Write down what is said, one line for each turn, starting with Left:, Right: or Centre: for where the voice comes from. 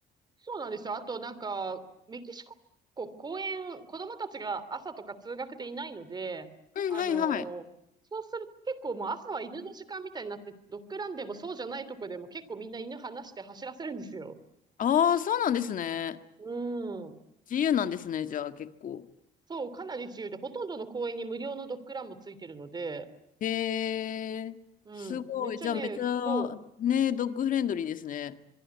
Right: そうなんですよ。あと、なんか、メキシコ、こう公園、子供たちが朝とか通学でいないので、
Left: うん、
Right: あの
Left: はいはい。
Right: ーそうすると結構もう朝は犬の時間みたいになって、ドッグランでもそうじゃないとこでも結構みんな犬離して走らせるんですよ。
Left: ああ、そうなんですね。
Right: うん。
Left: 自由なんですね、じゃあ結構。
Right: そう、かなり自由で、ほとんどの公園に無料のドッグランもついてるので、
Left: へえ、
Right: うん。
Left: すごい。
Right: めっちゃね、
Left: じゃあめっちゃ、
Right: そう。
Left: ね、ドッグフレンドリーですね。